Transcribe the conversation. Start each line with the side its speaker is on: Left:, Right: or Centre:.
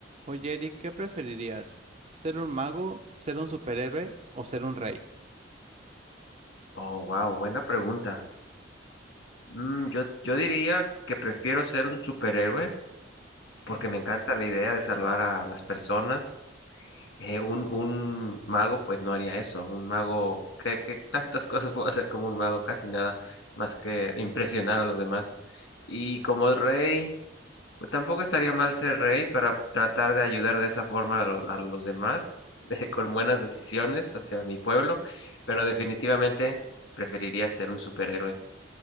Right: Oye, Eric, ¿qué preferirías? ¿Ser un mago, ser un superhéroe o ser un rey?
Left: Oh, wow, buena pregunta. Mm, yo, yo diría que prefiero ser un superhéroe porque
Right: Ujú,
Left: me encanta la idea de salvar a las personas. Eh, un, un mago pues no haría eso. Un mago, que tantas <laughs> cosas puedo hacer como un mago? Casi nada más que impresionar a los demás. Y como rey, pues tampoco estaría mal ser rey para tratar de ayudar de esa forma a, a los demás, <laughs> eh, con buenas decisiones hacia mi pueblo, pero definitivamente preferiría ser un superhéroe.